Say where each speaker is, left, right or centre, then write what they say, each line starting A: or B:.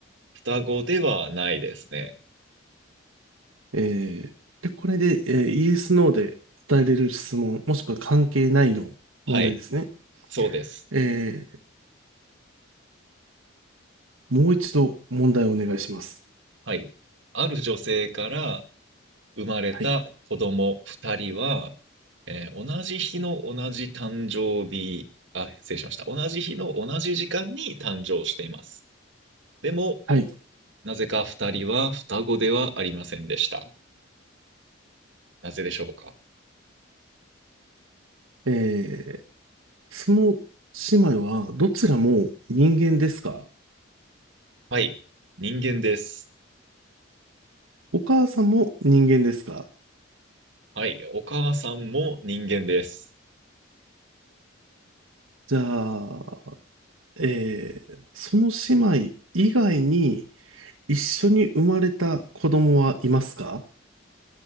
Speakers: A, on the right (about 60°); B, on the right (about 80°).
A: 双子ではないですね。
B: えー、で、これで、えーイエス、ノーで答えれる質問、もしくは関係ないの問題ですね。
A: はい。そうです。
B: えー、もう一度問題をお願いします。
A: はい。ある女性から生まれた子供二人は、
B: はい。
A: えー同じ日の同じ誕生日、あ、失礼しました。同じ日の同じ時間に誕生しています。でも、
B: はい。
A: なぜか二人は双子ではありませんでした。なぜでしょうか。
B: えー、その姉妹はどちらも人間ですか
A: はい。人間です。
B: お母さんも人間ですか
A: はい。お母さんも人間です。
B: じゃあ、えー、その姉妹以外に一緒に生まれた子供はいますか